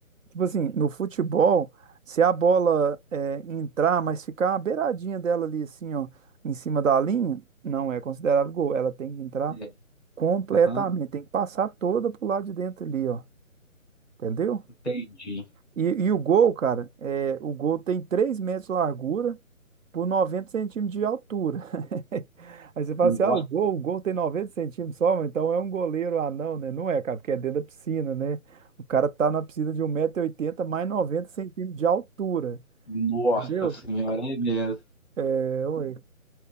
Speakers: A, on the right (about 65°); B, in the centre.
A: Tipo assim, no futebol, se a bola é, entrar, mas ficar uma beiradinha dela ali, assim, ó, em cima da linha, não é considerado gol. Ela tem que entrar
B: É,
A: completamente,
B: aham,
A: tem que passar toda pro lado de dentro ali, ó. Entendeu?
B: entendi.
A: E, e o gol, cara, é, o gol tem 3 metros de largura por 90 centímetros de altura. <laughs> Aí você fala
B: Nossa,
A: assim, ah, o gol, o gol tem 90 centímetros só, mas então é um goleiro anão, né? Não é, cara, porque é dentro da piscina, né? O cara tá na piscina de um metro e oitenta mais 90 centímetros de altura,
B: nossa
A: entendeu?
B: senhora, é mesmo.
A: É, ué.